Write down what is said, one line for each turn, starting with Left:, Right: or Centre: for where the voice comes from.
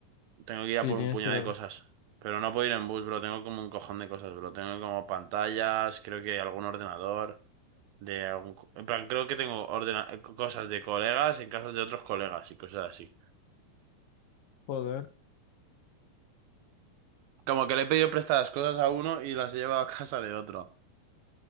Right: tengo que
Left: Sí,
Right: ir a por
Left: tienes
Right: un puñado
Left: que ir
Right: de
Left: a...
Right: cosas. Pero no puedo ir en bus, bro. Tengo como un cojón de cosas, bro. Tengo como pantallas, creo que algún ordenador, de algún... co- En plan, creo que tengo ordena- cosas de colegas en casas de otros colegas y cosas así.
Left: Joder,
Right: Como que le he pedido prestadas cosas a uno y las he llevado a <laughs> casa de otro.